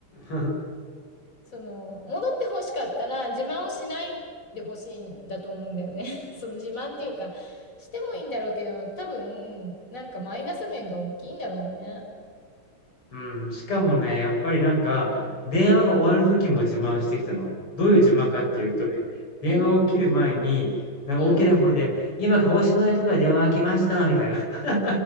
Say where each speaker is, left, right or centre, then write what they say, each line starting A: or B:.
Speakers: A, on the left; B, on the left.
A: <laughs>
B: その、戻ってほしかったら自慢をしないでほしいんだと思うんだよね。<laughs> その自慢っていうか、してもいいんだろうけど、多分、なんかマイナス面が大きいんだろうね。
A: うん、しかもね、やっぱりなんか、
B: うん。
A: 電話が終わる時も自慢してきたの。どういう自慢かっていうと、電話を切る前に、
B: うん。
A: なんか大きな声で、
B: うん。
A: 今鹿児島の人から電話が来ました、みたいな。<laughs>